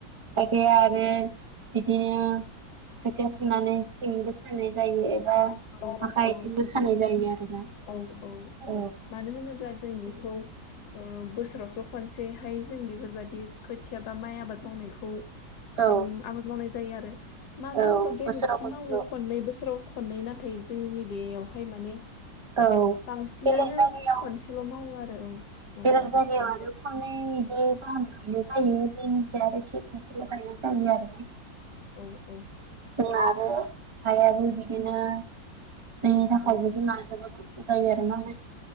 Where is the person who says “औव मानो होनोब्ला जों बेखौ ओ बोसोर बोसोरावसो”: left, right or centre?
Left